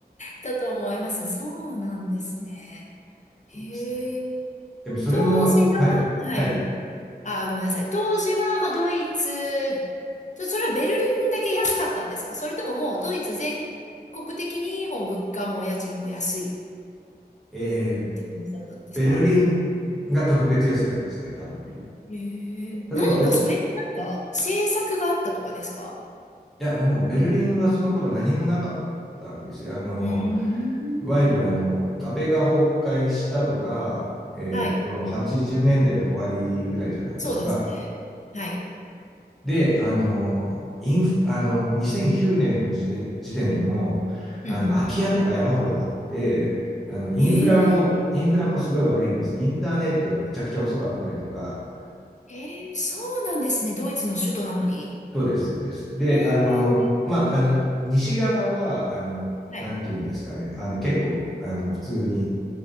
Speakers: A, on the left; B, in the centre.
A: だと思います。そうなんですね。
B: そうですね。
A: へえ。
B: でもそれも、
A: 当時は、
B: はい、はい。
A: はい。あ、ごめんなさい。当時は、まあ、ドイツ、ちょ、それはベルリンだけ安かったんですかそれとももうドイツ全国的にもう物価も家賃も安い
B: えー、
A: って感じだったんですか
B: ベルリンが特別安かったですね、多分。
A: へえ。
B: 例えば、
A: 何かそれってなんか政策があったとかですか
B: お、いや、もうベルリンはその頃何もなかったんですよ。あの、
A: うーん。
B: いわゆる、あの、壁が崩壊したのが、えっと、
A: はい。
B: 80年代の終わりぐらいじゃないですか。
A: そうですね。はい。
B: で、あの、インフ、あの、2009年の時点、時点でも、
A: うんうん。
B: あの、空き家とか山ほどあって、あの、インフラも、
A: ええ。
B: インフラもすごい悪いんです。インターネットがめちゃくちゃ遅かったりとか、
A: ええ、そうなんですね。ドイツの首都なのに。
B: そうです、そうです。で、
A: え
B: あの、
A: え。
B: まあ、あの、西側は、あの、
A: はい。
B: なんていうんですかね、あの、結構、あの、普通に、